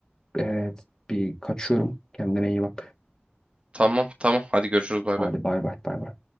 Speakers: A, on the left (about 15°); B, on the right (about 30°).
A: e, bir kaçıyorum. Kendine iyi bak.
B: tamam tamam hadi görüşürüz bay
A: Hadi
B: bay.
A: bay bay bay bay.